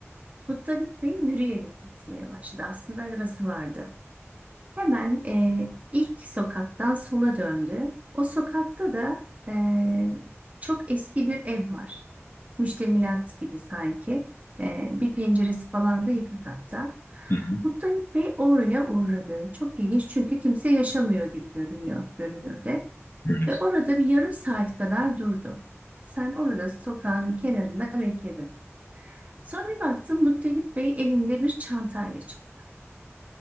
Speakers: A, on the right (about 30°); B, on the left (about 60°).
A: Muttalip Bey yürüyerek gitmeye başladı. Aslında arabası vardı. Hemen eee, ilk sokaktan sola döndü. O sokakta da eee, çok eski bir ev var. Müştemilat gibi sanki. Eee, bir penceresi falan da yıkık hatta.
B: Hı hı.
A: Muttalip Bey oraya uğradı. Çok ilginç çünkü kimse yaşamıyor gibi görünüyor görünürde.
B: Evet.
A: Ve orada bir yarım saat kadar durdu. Sen orada sokağın kenarında bekledin. Sonra bir baktım, Muttalip Bey elinde bir çantayla çıktı.